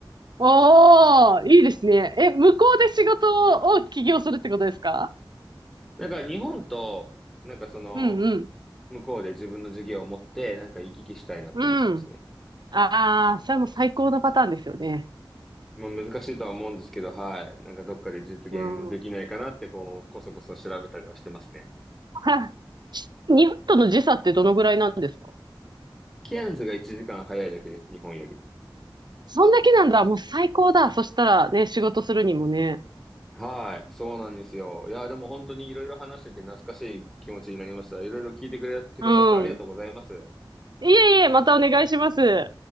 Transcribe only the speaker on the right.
おー、いいですね。え、向こうで仕事を起業するってことですか
うんうん。
うん。ああ、それも最高のパターンですよね。
うん。
はい。日本との時差ってどのぐらいなんですか
そんだけなんだ。もう最高だ。そしたらね、仕事するにもね。
うん。いえいえ、またお願いします。